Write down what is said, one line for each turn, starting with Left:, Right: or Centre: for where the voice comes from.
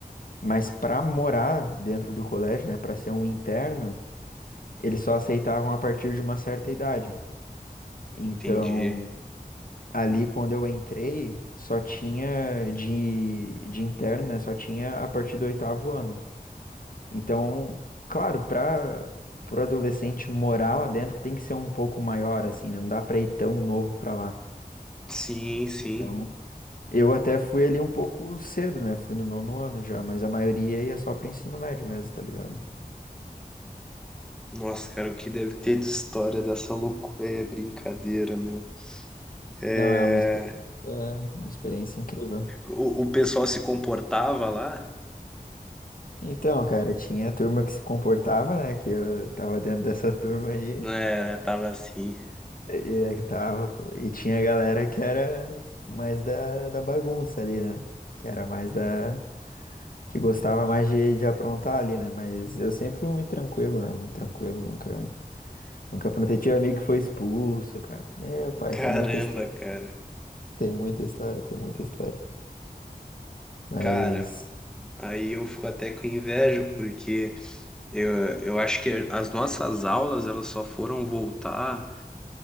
Left: Mas pra morar dentro do colégio, né, pra ser um interno, eles só aceitavam a partir de uma certa idade. Então,
Centre: Entendi.
Left: ali quando eu entrei, só tinha de, de interno, né? Só tinha a partir do oitavo ano. Então, claro, para o adolescente morar lá dentro tem que ser um pouco maior, assim, né? Não dá pra ir tão novo pra lá.
Centre: Sim, sim.
Left: Então, eu até fui ali um pouco cedo, né? Fui no nono ano já, mas a maioria ia só pro ensino médio mesmo, tá ligado?
Centre: Nossa, cara, o que deve ter de história dessa loucura aí é brincadeira, meu. É...
Left: Não, é uma experiência, é uma experiência incrível.
Centre: O, o pessoal se comportava lá,
Left: Então, cara, tinha a turma que se comportava, né? Que eu tava dentro dessa turma aí.
Centre: né? Tava assim.
Left: E é que tava, pô. E tinha a galera que era mais da, da bagunça ali, né? Que era mais da. Que gostava mais de, de aprontar ali, né? Mas eu sempre fui muito tranquilo, né? Muito tranquilo, nunca. Nunca aprontei. Tive amigo que foi expulso, cara. Meu pai,
Centre: Caramba,
Left: tem muita história.
Centre: cara.
Left: Tem muita história, tem muita história. Mas.
Centre: Cara, aí eu fico até com inveja, porque eu, eu acho que as nossas aulas, elas só foram voltar.